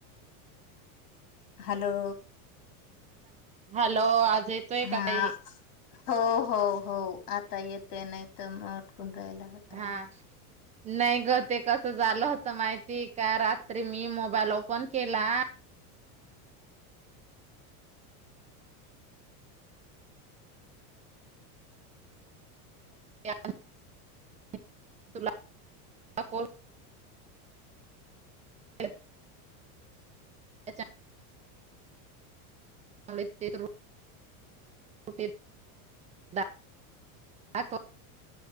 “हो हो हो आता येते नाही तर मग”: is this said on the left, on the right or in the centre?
Left